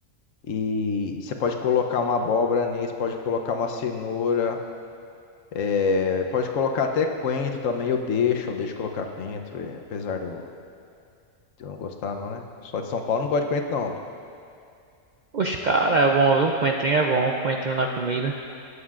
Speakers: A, on the left; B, on the right.
A: E, e você pode colocar uma abóbora nesse, pode colocar uma cenoura, é, pode colocar até coentro também. Eu deixo, eu deixo colocar coentro, é, apesar de eu, de eu não gostar, não, né? Só de São Paulo eu não gosto de coentro, não.
B: Oxe, cara, é bom, viu? Um coentrinho é bom, um coentrinho na comida.